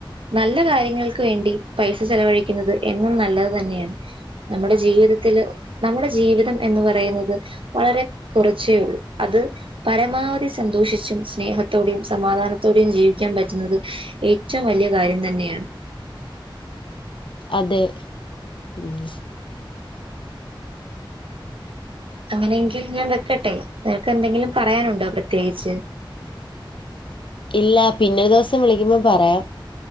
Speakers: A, on the right (about 80°); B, on the left (about 70°).
A: നല്ല കാര്യങ്ങൾക്ക് വേണ്ടി പൈസ ചെലവഴിക്കുന്നത് എന്നും നല്ലത് തന്നെയാണ്. നമ്മുടെ ജീവിതത്തില് നമ്മുടെ ജീവിതം എന്ന് പറയുന്നത് വളരെ കുറച്ചേ ഒള്ളൂ അത് പരമാവധി സന്തോഷിച്ചും സ്നേഹത്തോടെയും സമാധാന ത്തോടെയും ജീവിക്കാൻ പറ്റുന്നത് ഏറ്റവും വല്യയ കാര്യം തന്നെയാണ്.
B: അതെ. ഹ്മ്മ്
A: അങ്ങനെയെങ്കിൽ ഞാൻ വെക്കട്ടെ നിനക്കെന്തെങ്കിലും പറയാനുണ്ടോ പ്രത്യേകിച്ച്
B: ഇല്ല പിന്നൊരു ദിവസം വിളിക്കുമ്പോൾ പറയാം.